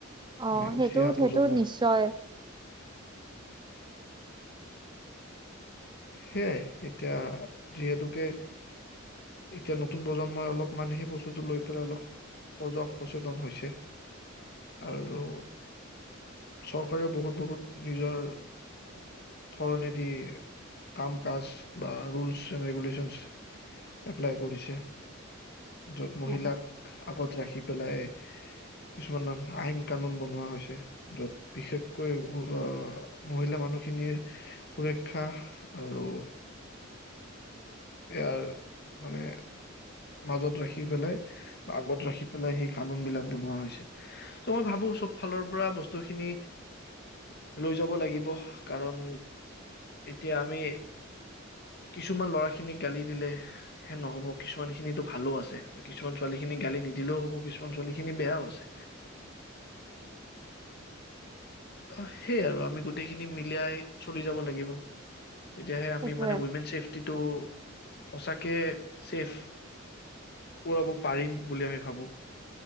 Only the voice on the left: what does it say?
মানে
উঠি অহা
প্ৰজন্মক
সেয়াই, এতিয়া যিহেতুকে এতিয়া নতুন প্ৰজন্মই অলপ মান সেই বস্তুটো লৈ পেলাই অলপ সজাগ সচেতন হৈছে। আৰু চৰকাৰেও বহুত বহুত নিজৰ ধৰণে দি কাম কাজ বা ৰুলচ ৰেগুলচন এপ্লাই কৰিছে য'ত মহিলাক
আগত ৰাখি পেলাই কিছুমান আইন কানুন বনোৱা হৈছে য'ত বিশেষকৈ আহ মহিলা মানুহখিনিৰ সুৰক্ষা আৰু ইয়াৰ মানে মাজত ৰাখি পেলাই বা আগত ৰাখি পেলাই সেই কানুন বিলাক বনোৱা হৈছে। ত মই ভাবো চব ফালৰ পৰা বস্তুখিনি লৈ যাব লাগিব কাৰণ এতিয়া আমি কিছুমান লৰা খিনিক গালি দিলে হে নহব কিছুমান খিনো ভালো আছে কিছুমান ছোৱালী খিনিক গালি নিদিলেও হব কিছুমান ছোৱালী খিনি বেয়াও আছে অ সেইয়া আৰু আমি গোটেইখিনি মিলিয়াই চলি যাব লাগিব তেতিয়াহে আমি
মানে উইমেন চছেফটিটো সঁচাকে ছেফ কৰাব পাৰিম বুলি আমি ভাবো